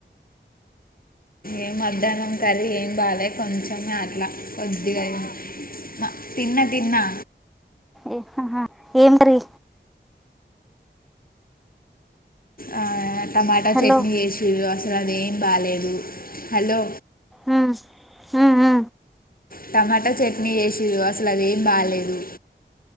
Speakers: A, on the left (about 50°); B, in the centre.
A: ఏం మధ్యాహ్నం కర్రీ ఏం బాలె కొంచెం అట్లా కొద్దిగా మా తిన్నా తిన్నా
B: ఏ హా హా ఏం కర్రీ
A: ఆ టమాటా
B: హలో
A: చట్నీ చేసిర్రు అసలు అదేం బాలేదు హలో
B: ఆ ఆ ఆ
A: టమాటా చట్నీ చేసిర్రు అసలు అదేం బాలేేదు